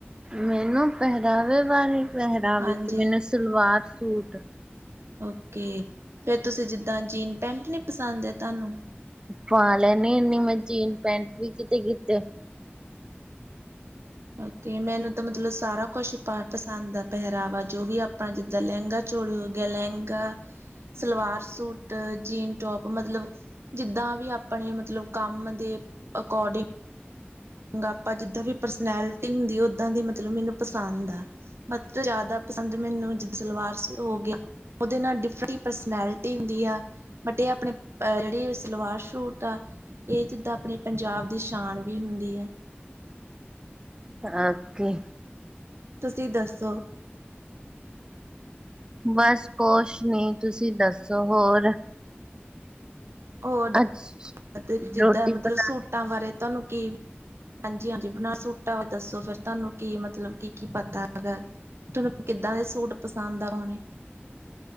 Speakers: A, on the right; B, on the right.
A: ਮੈਨੂੰ ਪਹਿਰਾਵੇ ਵਾਰੇ ਪਹਿਰਾਵੇਂ
B: ਹਾਂਜੀ।
A: ਚ ਵਿੱਚ ਮੈਨੂੰ ਸਲਵਾਰ ਸੂਟ।
B: ਓਕੇ ਫਿਰ ਤੁਸੀਂ ਜਿੱਦਾਂ ਜੀਨ ਪੈਂਟ ਨੀ ਪਸੰਦ ਐ ਤੁਵਾਨੂੰ
A: ਪਾ ਲੈਨੀ ਹੁਨੀ ਮੈਂ ਜੀਨ ਪੈਂਟ ਵੀ ਕਿਤੇ ਕਿਤੇ।
B: ਓਕੇ ਮੈਨੂੰ ਤਾਂ ਮਤਲਬ ਸਾਰਾ ਕੁਛ ਹੀ ਪਸੰਦ ਆ ਪਹਿਰਾਵਾ ਜੋ ਵੀ ਆਪਾ ਜਿੱਦਾਂ ਲਹਿੰਗਾ ਚੋਲੀ ਹੋ ਗਿਆ lehenga, salwar suit, jean top ਮਤਲਬ ਜਿੱਦਾਂ ਵੀ ਆਪਣੇ ਮਤਲਬ ਕੰਮ ਦੇ ਅਕੋਰਡਿੰਗ ਆਪਾਂ ਜਿੱਦਾਂ ਵੀ ਪਰਸਨੈਲਿਟੀ ਹੁੰਦੀ ਓਦਾਂ ਦੀ ਮਤਲਬ ਮੈਨੂੰ ਪਸੰਦ ਅ। ਮਧ ਤੋਂ ਜਾਦਾ ਪਸੰਦ ਮੈਨੂੰ ਜ ਸਲਵਾਰ ਸੂਟ ਹੋ ਗਿਆ ਉਦੇ ਨਾਲ ਡਿਫਰਟ ਹੁੰਦੀ ਆ। ਬਟ ਇਹ ਆਪਣੇ ਜੇੜੀ ਸਲਵਾਰ ਸ਼ੁਟ ਆ। ਇਹ ਜਿੱਦਾਂ ਆਪਣੇ ਪੰਜਾਬ ਦੀ ਸ਼ਾਨ ਵੀ ਹੁੰਦੀ ਐ।
A: ਓਕੇ
B: ਤੁਸੀ ਦੱਸੋ।
A: ਬਸ ਕੋਛ ਨੀ ਤੁਸੀਂ ਦੱਸੋ ਹੋਰ
B: ਓਡ
A: ਅੱਜ
B: ਤੇ ਜਿੱਦਾਂ
A: ਰੋਟੀ
B: ਮਤਲਬ
A: ਬਣਾ
B: ਸੂਟਾਂ ਬਾਰੇ ਤਾਂਨੂੰ ਕੀ ਹਾਂਜੀ ਹਾਂਜੀ ਬਣਾ ਸੂਟਾ ਦਾ ਦਸੋ ਫਿਰ ਤੁਹਾਨੂੰ ਕੀ ਮਤਲਬ ਕੀ- ਕੀ ਪਤਾ ਹੈਗਾ? ਤੈਨੂੰ ਕਿੱਦਾਂ ਦੇ ਸੂਟ ਪਸੰਦ ਆ ਪਉਣੇ।